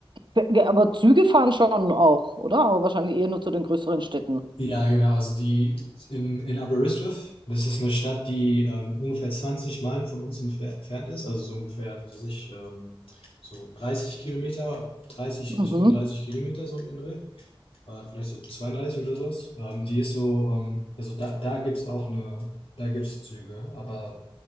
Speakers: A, on the right; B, on the left.
A: Ge- ge- Aber Züge fahren schon auch, oder? Aber wahrscheinlich eher nur zu den größeren Städten.
B: Ja, genau. Also die in, in Aberystwyth, das ist eine Stadt, die ähm, ungefähr 20 Meilen von uns entfer- entfernt ist, also so ungefähr, was weiß ich, ähm, so 30 Kilometer, dreißig
A: Mhm.
B: bis fünfunddreißig Kilometer so um den Dreh äh, vielleicht so 32 oder sowas. Ähm, die ist so, ähm, also da, da gibt es auch eine, da gibt es Züge, aber